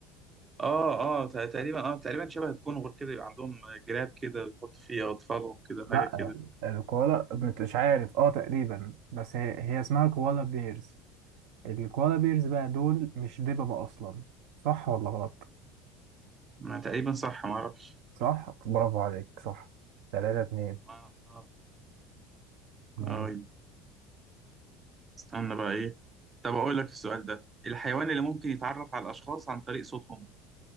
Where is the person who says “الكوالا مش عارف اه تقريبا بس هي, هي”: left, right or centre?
Right